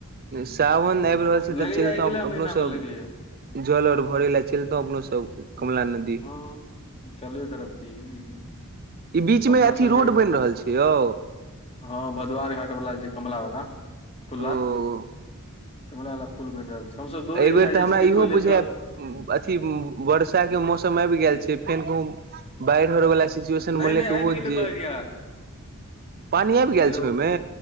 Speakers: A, on the right; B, on the left.
A: सावन आबि रहल छै
B: लगैया
A: तऽ चलितहु
B: अगिला महीना
A: अपनो
B: मे
A: सब
B: लगैया
A: जल अर भरे ला चलतो अपनो सब कमला नदी
B: हँ हँ चलबे करब की ई
A: ई बीच
B: अपना
A: में अथी
B: सबके
A: रोड बइन रहल छै यौ
B: हँ भदवार घाट बला जे कमला बला पुला
A: ओ
B: कमला बला पुल बेन रहल छै हमसभ दौड़ै
A: एहि बेेर
B: लए
A: तऽ
B: जाइ
A: हमरा
B: छलियै
A: इहो
B: पहिले
A: बुझाय
B: तऽ
A: अथी बर्षा के मौसम आइब गेल छै फेन कहूँ बाढ़ि आरवाला सचुएशन
B: नहि
A: बनल
B: नहि
A: तऽ ओहो
B: आबि गेलै
A: जे
B: बाढ़ि यार
A: पानी आइब गेल
B: हेलो
A: छै ओइ मे